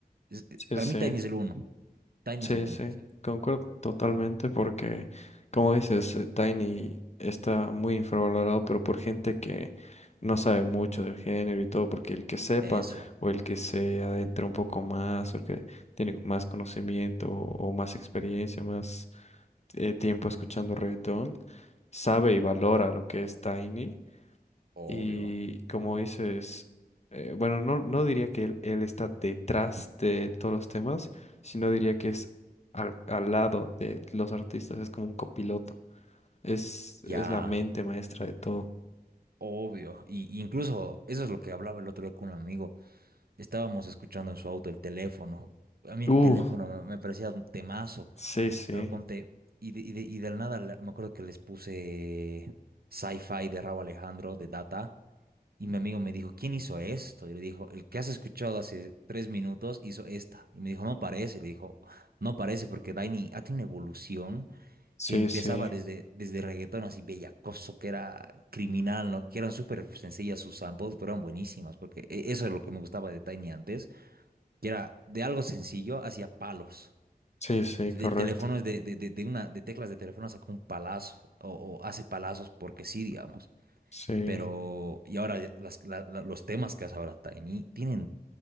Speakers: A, on the right; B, on the left.
A: es- eh,
B: Sí,
A: para
B: sí,
A: mí Tiny es el uno. Tiny
B: sí,
A: es el uno.
B: sí.
A: Sí.
B: Concuerdo totalmente porque, como dices, eh, Tiny está muy infravalorado, pero por gente que no sabe mucho del género y todo, porque el que sepa
A: Eso,
B: o el que se adentra un poco más o el que tiene más conocimiento o o más experiencia, más eh, tiempo escuchando reggaetón, sabe y valora lo que es Tiny.
A: obvio.
B: Y como dices, eh, bueno, no, no diría que él, él está detrás
A: Sí.
B: de todos los temas, sino diría que es al, al lado de los artistas, es como un copiloto, es,
A: Ya,
B: es la mente maestra de todo.
A: obvio. Y y incluso eso es lo que hablaba el otro día con un amigo. Estábamos escuchando en su auto el teléfono. A mí el
B: Uh,
A: teléfono me, me parecía un temazo,
B: sí, sí,
A: pero ponte, y de, y de- y del nada la- me acuerdo que les puse Sci-Fi de Raúl Alejandro, de Data, y mi amigo me dijo, ¿quién hizo esto? Y le dijo, el que has escuchado hace tres minutos hizo esta. Y me dijo, no parece, le dijo, no parece, porque Daini ha tenido una evolución
B: sí,
A: que empezaba
B: sí,
A: desde, desde reggaetón así bellacoso, que era criminal, ¿no? Que eran súper sencillas sus samples, pero eran buenísimas, porque e- eso es lo que me gustaba de Tiny antes que era de algo sencillo hacia palos.
B: sí, sí,
A: Del
B: correcto,
A: teléfono, de, de, de, de una, de teclas de teléfono sacó un palazo o, o hace palazos porque sí, digamos.
B: sí,
A: Pero, y ahora las- la- la- los temas que hace ahora Tiny tienen,